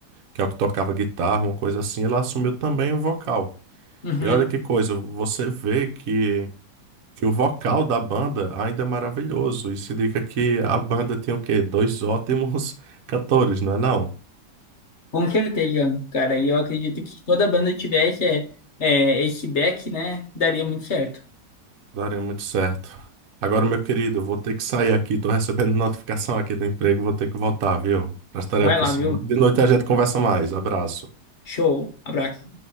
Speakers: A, on the right; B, on the left.
A: que é o que tocava guitarra, uma coisa assim, ele assumiu também o vocal.
B: Uhum.
A: E olha que coisa, você vê que, que o vocal da banda ainda é maravilhoso. Isso indica que a banda tem o quê? Dois ótimos <laughs> cantores, não é não?
B: Com certeza, cara. E eu acredito que se toda banda tivesse é, é, esse back, né? Daria muito certo.
A: Daria muito certo. Agora, meu querido, vou ter que sair aqui. Tô recebendo notificação aqui do emprego, vou ter que voltar, viu? As tarefas.
B: Vai lá, viu?
A: De noite a gente conversa mais. Abraço.
B: Show. Abraço.